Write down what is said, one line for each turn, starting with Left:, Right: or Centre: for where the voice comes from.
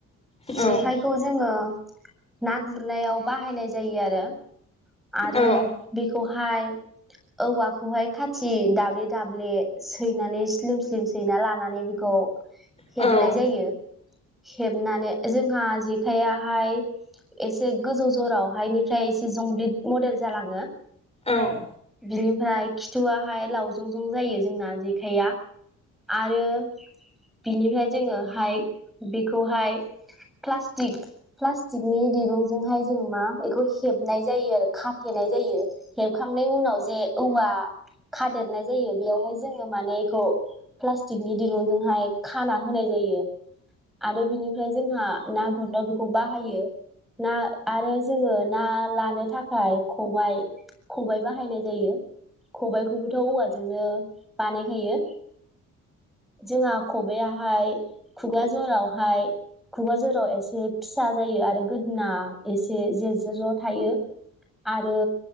Left: हागोन
Centre: जेखाइखौ जोङो ना गुरनायाव बाहायनाय जायो आरो आरो
Left: औ औ
Centre: बेखौहाय औवाखौहाय खाथि दाब्ले दाब्ले सैनानै स्लिम स्लिम सैना लानानै बेखौ हेबनाय
Left: औ
Centre: जायो
Left: औ
Centre: हेबनानै जों जोंहा जेखाइयाहाय, एसे गोजौ जरावहायनिफ्राय एसे जमब्लिट मडेल जालाङो।
Left: औ।
Centre: बिनिफ्राय खिथुआहाय लावजं जं जायो जोंना जेखाइया आरो। बिनिफ्राय जोङो हाइ बेखौहाय प्लास्टिक प्लास्टिकनि दिरुंजोंहाय जों मा बेखौ हेबनाय जायो आरो खाथेनाय जायो। हेबखांनायनि उनाव जे औवा खादेरनाय जायो। बेयावहाय जोङो माने। <unintelligible> प्लाष्टिकनि दिरुंजोंहाय खाना होनाय जायो। आरो बिनिफ्राय जोंहा <unintelligible> हरनायाव बेखौ बाहायो, ना आरो जोङो ना लानो थाखाय। खबाइ खबाय बहायनाय जायो खबायखौबोथ' औवाजोंनो <unintelligible> होयो जोंहा खबायाहाय खुगा जरावहाय खुगा जरावहाय एसे फिसा जायो आरो गोदोना एसे जे जे ज' थायो आरो।